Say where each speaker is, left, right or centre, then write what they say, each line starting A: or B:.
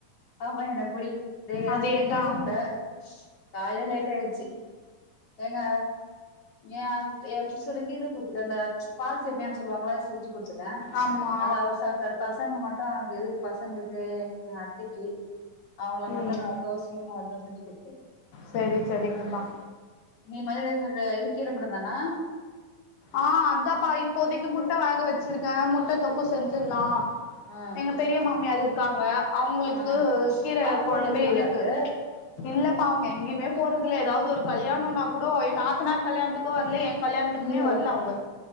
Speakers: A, on the left; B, on the left.
A: அம்மா என்ன புடி இதேதா
B: அதேதா
A: சேர்னு தூங்ல கால்ல லேட்டாயிருச்சு எங்க ஏ என் புருச்சருக்கு இது <unintelligible> அந்த பால் சேம்மியான்னு சொல்லுவாங்ளா செஞ்சு குடுத்துட்டே
B: ஆமா
A: அத அவர் சாப்ட்டாரு பசங்கள மட்டு எது பசங்களுக்கு எங்க அத்தைக்கு அவங்கள மட்டு
B: ம்
A: நா தோசையு அதுவு செஞ்சு குடுத்துடே
B: செரி செரிங்கப்பா
A: நீ <unintelligible> <unintelligible> இது கீர மட்டு தானா
B: ஆஹ் அதாப்பா இப்போதைக்கு முட்ட வேக வச் ச்சிருக்கே முட்ட தொக்கு செஞ்சிர்லா
A: ஆ
B: எங்க பெரிய மாமியார் இரு க்காங்க அவங்களுக்கு
A: ஆ
B: கீர
A: அவங்க
B: கொழம்பு
A: போலயா திருவிழாக்கு
B: இருக்கு இல்ல பா அவங்க எங்கேயுமே போறது ல்ல எதாவது ஒரு கல்யாணம்னா
A: ம்.
B: கூடொ என் நாத்தனார் கல்யாணத்துக்கும் வரல என் கல்யாணத்துக்கு
A: ஐயையோ
B: க்குமே வர்ல அவுங்க